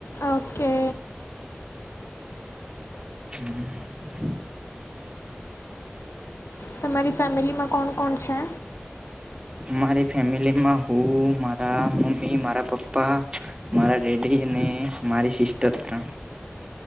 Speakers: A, on the left; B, on the right.
A: ઓકે.
B: હમ્મ <inaudible>
A: તમારી ફેમિલીમાં કોણ કોણ છે?
B: મારી ફેમિલીમાં હું મારા મમ્મી મારા પપ્પા મારા ડેડી ને મારી સિસ્ટર ત્રણ.